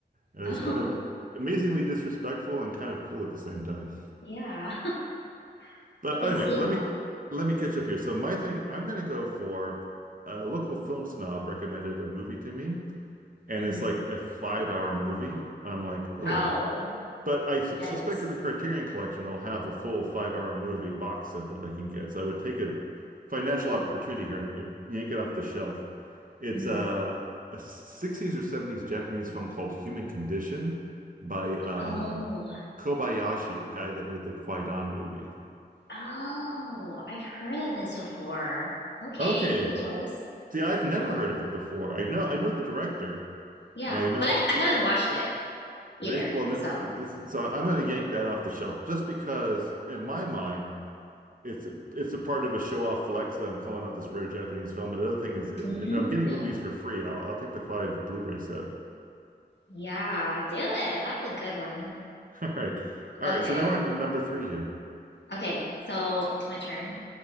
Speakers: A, on the right; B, on the left.
A: And
B: oh,
A: it's kind of amazingly disrespectful and kind of cool at the same time.
B: yeah. <laughs>
A: But
B: I could
A: anyway,
B: see
A: let
B: that.
A: me let me catch up here. So my thing, I'm gonna go for a local film snob recommended a movie to me, and
B: hmm
A: it's like a five hour movie. I'm like, oh.
B: Oh,
A: But I s-
B: yikes.
A: suspect that the Criterion Collection they'll have the full five hour movie box set that I can get. So I would take a financial opportunity here and, and yank it off the shelf. It's
B: hmm
A: a, a 60s or 70s Japanese film called Human Condition by uh,
B: Oh,
A: Kobayashi, the guy that made the Kwaidan movie.
B: oh, I've heard of this before. Okay,
A: Okay,
B: good choice.
A: See, I've never
B: Good choice.
A: heard of it before. I know I know the director,
B: Yeah,
A: and I know
B: but I, I haven't
A: I
B: watched it either,
A: they well n-
B: so
A: this is, so I'm going to yank that off the shelf just because in my mind it's it's a part of a show-off flex that I'm calling out this rare Japanese film. But the other thing is if
B: <laughs>
A: if I'm getting
B: yeah.
A: movies for free, I'll I'll take the five Blu-ray set.
B: Yeah, do it. That's a good one.
A: <laughs> All right.
B: Okay.
A: All right, so now we're on to number three here.
B: Okay, so it's my turn.